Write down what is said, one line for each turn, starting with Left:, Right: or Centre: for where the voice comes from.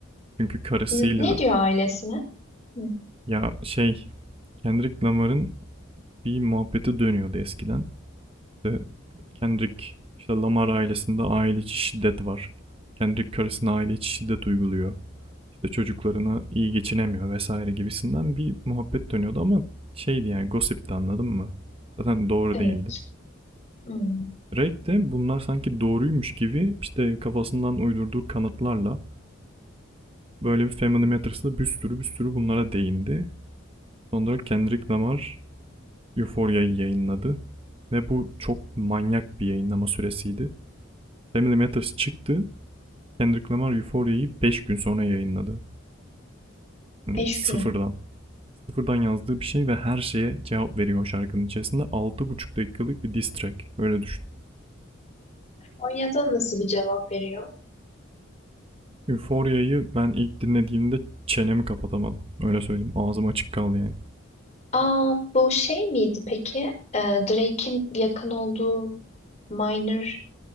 Right: Çünkü karısıyla
Left: N- ne diyor ailesine? Hı.
Right: ya şey Kendrick Lamar'ın bir muhabbeti dönüyordu eskiden. İşte Kendrick işte Lamar ailesinde aile içi şiddet var. Kendrick karısına aile içi şiddet uyguluyor. İşte çocuklarına iyi geçinemiyor vesaire gibisinden bir muhabbet dönüyordu ama şeydi yani gossipti anladın mı? Zaten doğru
Left: Evet.
Right: değildi.
Left: Hmm.
Right: Drake de bunlar sanki doğruymuş gibi işte kafasından uydurduğu kanıtlarla böyle bir Family Matters'da bir sürü bir sürü bunlara değindi. Sonra Kendrick Lamar Euphoria'yı yayınladı ve bu çok manyak bir yayınlama süresiydi. Family Matters çıktı. Kendrick Lamar Euphoria'yı 5 gün sonra yayınladı. Yani
Left: Beş
Right: sıfırdan.
Left: gün.
Right: Sıfırdan yazdığı bir şey ve her şeye cevap veriyor o şarkının içerisinde. altı buçuk dakikalık bir diss track. Öyle düşün.
Left: Konya'da nasıl bir cevap veriyor?
Right: Euphoria'yı ben ilk dinlediğimde çenemi kapatamadım. Öyle söyleyeyim. Ağzım açık kaldı yani.
Left: Aa, bu şey miydi peki? Ee, Drake'in yakın olduğu minor